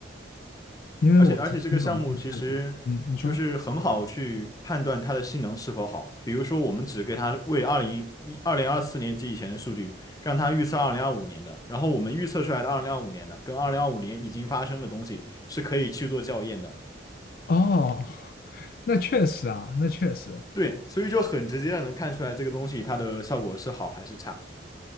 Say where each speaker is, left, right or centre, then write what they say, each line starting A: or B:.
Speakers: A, on the left; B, on the left.
A: 因为我其实软件太多。
B: 而且而且这个项目其实就是很好去判断它的性能是否好，
A: 嗯，你说
B: 比如说我们只给它为二零一二零二四年及以前的数据，让它预测二零二五年的，然后我们预测出来的二零二五年的跟二零二五年已经发生的东西是可以去做校验的。
A: 哦，<laughs> 那确实啊，那确实，
B: 对，所以就很直接的能看出来这个东西它的效果是好还是差。